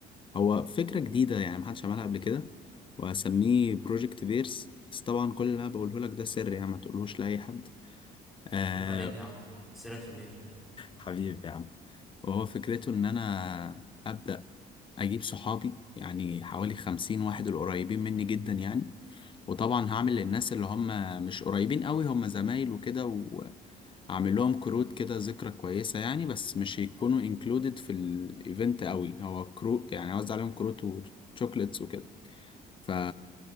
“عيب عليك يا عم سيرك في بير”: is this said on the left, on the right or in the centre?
Centre